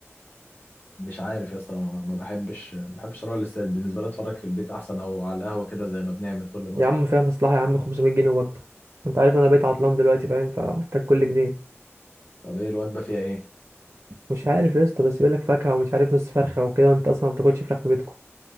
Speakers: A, on the left; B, on the right.
A: مش عارف يا اسطى انا ما بحبش ما بحبش اروح الاستاد بالنسبه لي اتفرج في البيت احسن او على القهوه كده زي ما بنعمل كل مره
B: يا عم فيها مصلحة يا عم 500 جنيه وجبة انت عارف انا بقيت عطلان دلوقتي فاهم فمحتاج كل جنيه
A: طب ايه الوجبه فيها ايه
B: مش عارف يا اسطى بس يقولك فاكهة ومش عارف نص فرخة وكده وانت اصلا ما بتاكلش فراخ في بيتكم